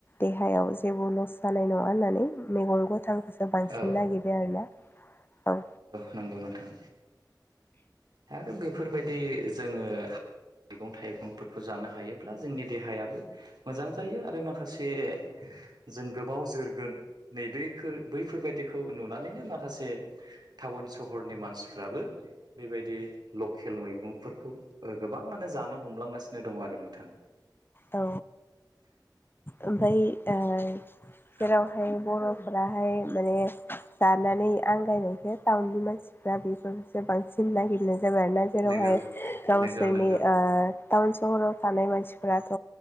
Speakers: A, on the left (about 30°); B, on the right (about 65°).
A: देहायाव जेबो लस जानाय नङा होननानै मेगं गोथांखौसो बांसिन
B: औ
A: नागिरो आरोना औ।
B: नांगौ नोंथां। आरो बेफोरबायदि जोङो हा मैगं थाइगंफोरखौ जानो हायोब्ला जोंनि देहायाबो मोजां जायो आरो माखासे जों गोबाव जोरगोन नैबेखो बैफोरबायाददि खौ नुनानैनो माखासे टाउन सहरनि मानसिफ्राबो बेबायदि लकेल मैगंफोरखौ। गोबाङानो जानो हमलांगासिनो दङ आरो नोंथां।
A: औ ओमफाय ओ जेरावहाय
B: औ
A: बर' ओमफ्राहाय माने जानानै आंगायनायखो टाउननि मानसिफ्रा बेफोरफोरखौसो बांसिन गि नागिरनाय जाबाय आरो ना जेरावहाय
B: नंगौ
A: गावसोरनि
B: नंगौ नंगौ
A: टाउन सहराव थानाय मानसि फोरथ'